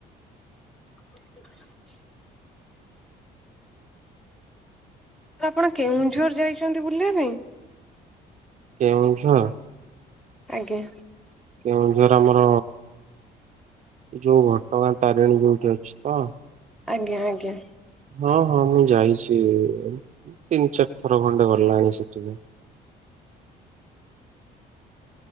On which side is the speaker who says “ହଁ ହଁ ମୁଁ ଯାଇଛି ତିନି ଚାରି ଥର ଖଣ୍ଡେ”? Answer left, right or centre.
Right